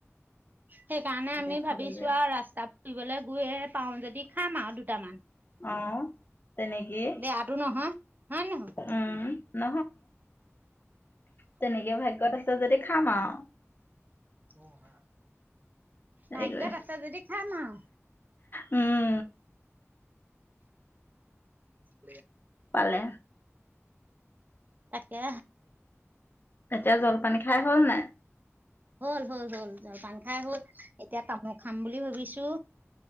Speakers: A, on the right; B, on the left.
A: সেইকাৰণে
B: তেতিয়া
A: আমি
B: খাবলৈ
A: ভাবিছো আৰু ৰাস্তা ফুৰিবলৈ গৈয়ে পাও যদি খাম আৰু দুটামান।
B: আহ তেনেকেই
A: বেয়াটো নহয় হয় নহয়
B: উম, ন? তেনেকে ভাগ্যত আছে যদি খাম আৰু
A: উ হা
B: হেৰি
A: ভাগ্যত
B: কৰি
A: আছে যদি খাম আও।
B: উম।
A: অ।
B: পালে
A: তাকে
B: এতিয়া জলপানী খাই হল নাই?
A: হল-হল-হল, জলপান খাই হল এতিয়া তামোল খাম বুলি ভাবিছো।